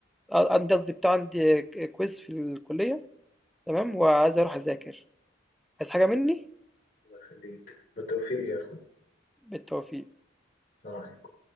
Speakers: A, in the centre; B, on the left.
A: آه، عندي قصدي بتاع عندي كويز في الكلية تمام وعايز اروح اذاكر عايز حاجة مني
B: الله يخليك بالتوفيق يا أخوي
A: بالتوفيق
B: سلام عليكم.